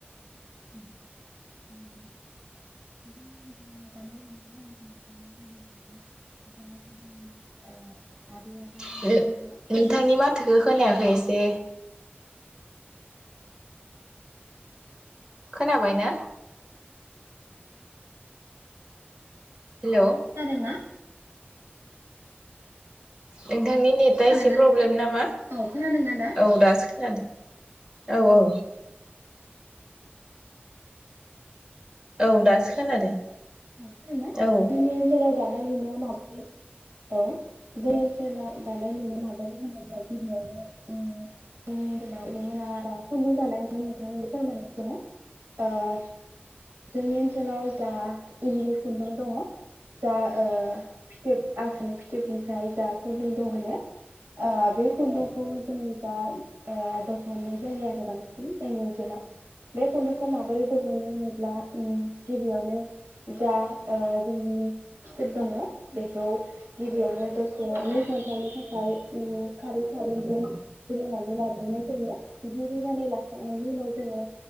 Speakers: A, on the right (about 70°); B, on the right (about 20°).
A: <unintelligible>
B: <unintelligible>
A: आबौमोना
B: नोंथांनि
A: औ
B: माथोखौ खोनायाखै एसे खोनाबाय ना? हेलौ
A: खोनादोंना?
B: नोंथांनि नेटआ
A: खोनादोंना
B: एसे प्रब्लेम
A: नोंथां
B: नामा
A: औ खोनादोंना दा
B: औ दासो खोनादों। औ औ औ दासो खोनादों
A: <unintelligible>
B: औ
A: दानाय लुनाया माबोरै औ जोंनि ओनसोलाव दानाय लुनाय माबोरै होनोब्ला गिबियावनो ओम जोंनि ओनसोलाव जों खुन्दुं दानाय नोंथांनि फोरमायथिनो ओ जोंनि ओनसोलाव जा इन्दि खुन्दुं दङ जा ओ फिथोब आसुनि फिथोब गसाय जा खुन्दुं दिहुननो ओ बे खुन्दुंखौ जोंनि जा दिहननाय जायो आरो बांसिन जोंनि ओनसोलाव बे खुन्दुंखौ माबोरै दिहनो होनोब्ला गिबियावनो जा जोंनि फिथोब दङ बेखौ गिबियावनो दसे नै खोन्थानि थाखाय खारै सारुनजों रुनानै लाग्रोनाय जायो बिदि रुनानै लाखांनायनि उनाव जोङो